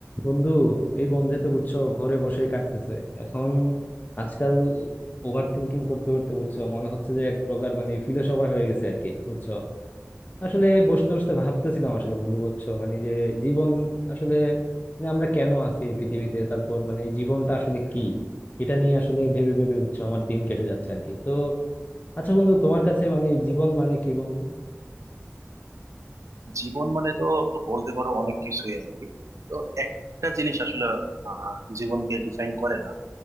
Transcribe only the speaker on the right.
জীবন মানে তো বলতে পারো অনেক কিছুই আর কি তো একটা জিনিস আসলে আহ, জীবনকে ডিফাইন করে না